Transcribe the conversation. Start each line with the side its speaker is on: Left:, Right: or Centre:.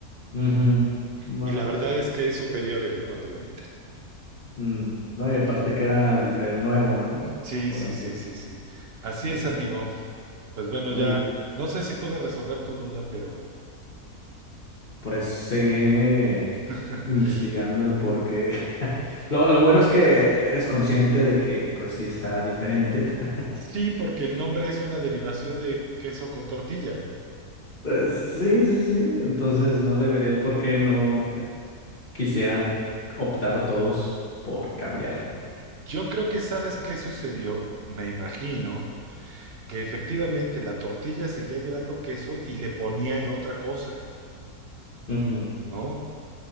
Left: Ujú. No,
Right: Y la
Left: pues
Right: verdad
Left: sí.
Right: es que es superior el 420.
Left: Mm, No, y aparte que era difer- nuevo, ¿no?
Right: Sí,
Left: Por
Right: sí,
Left: así
Right: sí, sí, sí. Así
Left: se
Right: es,
Left: sí.
Right: amigo. Pues bueno,
Left: Muy
Right: ya
Left: bien.
Right: no sé si pude resolver tu duda, pero
Left: Pues seguiré
Right: <laughs>
Left: investigando el por
Right: mm,
Left: qué. <laughs> Lo, lo bueno es que eres consciente de que, pues sí, está diferente. <laughs>
Right: sí, porque el nombre es una derivación de queso con tortilla.
Left: Pues, sí, sí, sí. Entonces no le vería el por qué no eh, quisieran optar todos por cambiarlo.
Right: Yo creo que sabes qué sucedió, me imagino, que efectivamente la tortilla seguía llevando queso y le ponían otra cosa,
Left: Ujú.
Right: ¿no?